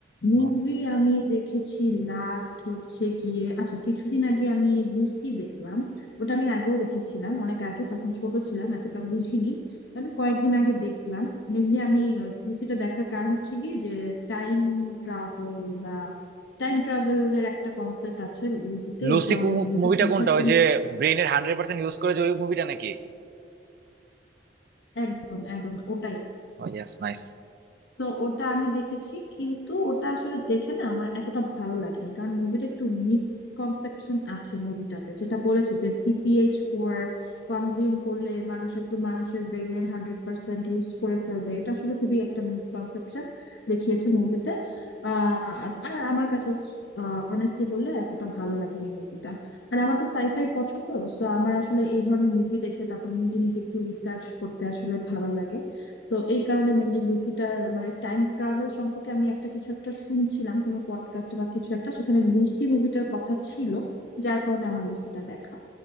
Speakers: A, on the left; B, on the right.
A: মুভি
B: হুম।
A: আমি দেখেছি লাস্ট হচ্ছে গিয়ে আচ্ছা কিছুদিন আগে আমি লুসি দেখলাম ওটা আমি আগেও দেখেছিলাম অনেক আগে তখন ছোট ছিলাম এতটা বুঝিনি তো আমি কয়েকদিন আগে দেখলাম মেনলি আমি আহ, লুসিটা দেখার কারণ হচ্ছে গিয়ে যে টাইম ট্রাভেল বা টাইম ট্রাভেলের একটা কনসেপ্ট আছে লুসিতে
B: লুসি
A: এই কারণে মেনলি ওটা
B: মুভিটা
A: বুঝার
B: কোনটা
A: জন্য
B: ওই যে ব্রেনের হান্ড্রেড পার্সেন্ট ইউজ করে যে ওই মুভিটা নাকি
A: একদম একদম ওটাই
B: ও ইয়েস নাইস
A: সো ওটা আমি দেখেছি কিন্তু ওটা আসলে দেখে না আমার এতটা ভালো লাগেনি কারণ মুভিটা একটু মিসকনসেপশন আছে মুভিটাতে যেটা বলেছে যে সিপিএইচ ফোর কনজিউম করলে মানুষ একটু মানুষের ব্রেইনের হান্ড্রেড পার্সেন্ট ইউজ করে ফেলবে এটা আসলে খুবই একটা মিসকনসেপশন দেখিয়েছে মুভিতে আহ আর আমার কাছে অনেস্টলি বললে এতটা ভালো লাগেনি মুভিটা আর আমার তো সাইফাই পছন্দ সো আমার আসলে এই ধরনের মুভি দেখে তারপর নিজে নিজে একটু রিসার্চ করতে আসলে ভালো লাগে সো এই কারণে মেনলি লুসিটার মানে টাইম ট্রাভেল সম্পর্কে আমি একটা কিছু একটা শুনছিলাম কোনো পডকাস্ট বা কিছু একটা সেখানে লুসি মুভিটার কথা ছিল যার কারণে আমার লুসিটা দেখা